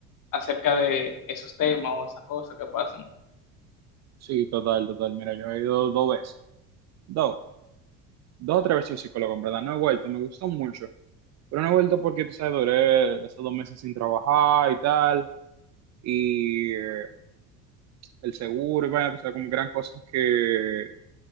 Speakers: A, on the left; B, on the right.
A: acerca de esos temas o esas cosas que pasan.
B: sí, total, total, mira, yo he ido dos veces, dos, dos o tres veces al psicólogo, en verdad, no he vuelto, me gustó mucho, pero no he vuelto porque, tú sabes, duré esos dos meses sin trabajar y tal, y eh, el seguro, y bueno, tú sabes, como que eran cosas que,